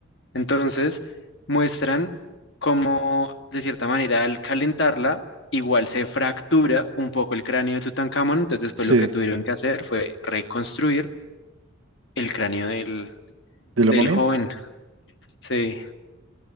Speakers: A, on the left; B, on the right.
A: Entonces muestran cómo de cierta manera al calentarla igual se fractura un poco el cráneo de Tutankamón, entonces después
B: sí.
A: lo que tuvieron que hacer fue reconstruir el cráneo del,
B: ¿De
A: del
B: la momia?
A: joven. Sí.